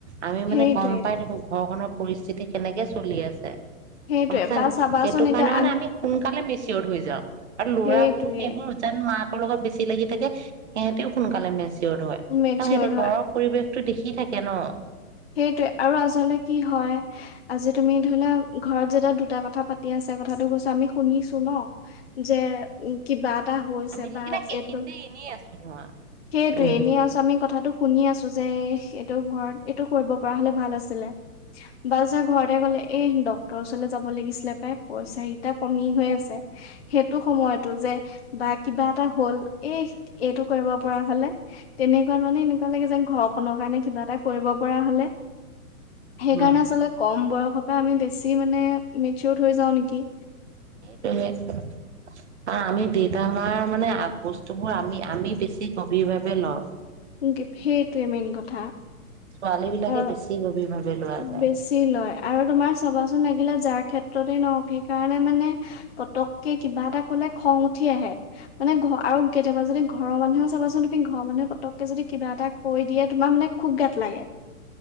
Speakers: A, on the right; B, on the left.
A: আমি মানে
B: সেইটোৱে
A: গম পাই থাকো ঘৰখনত পৰিস্থিতি কেনেকে চলি আছে।
B: সেইটোৱে
A: শুনচানে
B: বা
A: নাই
B: চাবাচোন
A: সেইটো
B: এতিয়া
A: কাৰণে মানে আমি সোনকালে মি চিয়াত হৈ যাও, আৰু ল'ৰাবোৰো
B: সেইটোৱে
A: সেইবোৰ যেন মাক লগত বেছি লাগি থাকে সিহঁতেও সোনকালে মেচ য়ড হয়,
B: মেচিয়ৰ্ড
A: সিহতিতে ঘৰৰ পৰিৱেশ টো দেখি থাকে ন।
B: সেইটোয়ে আৰু আচলতে কি হয় আজি তুমি ধৰিলোৱা ঘৰত যেতিয়া দুটা কথা পাতি আছে কথাটো কৈছো আমি শুনিছো ন। যে কিবা এটা হৈছে
A: আমি লাগিলে
B: বা
A: সেইখিনিতে
B: এইটো
A: এনেই আছো ধৰা
B: সেইটোৱেই
A: উম
B: এনে আছো আমি কথাটো শুনি আছো যে এইটো ঘৰত, এইটো কৰিব পৰা হলে ভাল আছিল বা যে ঘৰতে গলে এই ডক্তৰৰ ওচৰলৈ যাব লাগিছিলে পাই পইচা কেইটা কমি হৈ আছে সেইটো সময়তো যে বা কিবা এটা হল এ এইটো কৰিব পৰা হলে তেনেকুৱা মানে এনেকুৱা লাগে যেন ঘৰখনৰ কাৰণে কিবা এটা কৰিব পৰা হ'লে। সেইকাৰণে
A: উম,
B: আচলতে কম বয়সৰ পৰা আমি বেছি মানে, মে চিয়দ হৈ যাও নেকি?
A: সেইটোৱেই আৰু আমি দেউতা মাৰ মানে বস্তুবোৰ আমি-আমি বেছি গভীৰভাৱে লওঁ।
B: সেইটোৱে মেইন কথা
A: ছোৱালী বিলাকে
B: আৰু
A: বেছি গভীৰ ভাৱে লোৱা যায়
B: বেছি লয় আৰু তোমাৰ চাবাচোন লাগিলে যাৰ ক্ষেত্ৰতে নহক সেই কাৰণে মানে পতকে কিবা এটা কলে খং উঠি আহে মানে ঘ আৰু কেতিয়াবা যদি ঘৰৰ মানুহেও চাবাচোন তুমি ঘৰৰ মানুহে পতককে যদি কিবা এটা কৈ দিয়ে তোমাৰ মানে খুব গাত লাগে।